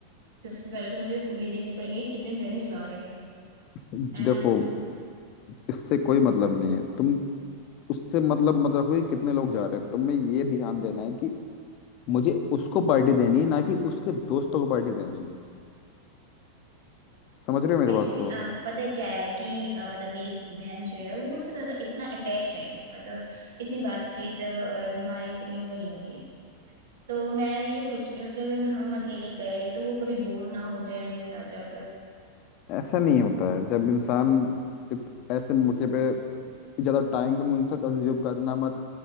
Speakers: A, on the right; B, on the left.
A: सबसे पहले तो मुझे ये देखने पड़ेंगे कि कितने जने जा रहे हैं
B: कि
A: है
B: देखो
A: ना
B: इससे कोई मतलब नहीं है तुम उससे मतलब मत रखो कि कितने लोग जा रहे हैं तुम्हें ये ध्यान देना है कि मुझे उसको पार्टी देनी है ना कि उसके दोस्तों को पार्टी देनी है समझ रहे हो मेरी बात
A: एक्चुअली
B: को
A: पता है क्या है कि अ, मतलब मेरी बहन जो है वो मुझसे ज्यादा इतना अटैच नहीं है मतलब इतनी बातचीत अ, और हमारी इतनी वो नहीं होती तो मैं ये सोच रही हूँ कि अगर हम अकेले गए तो वो कभी बोर ना हो जाए मेरे साथ जाकर
B: ऐसा नहीं होता है जब इंसान इत- ऐसे मौके पे ज्यादा टाइम तुम इनसे कंज्यूम करना मत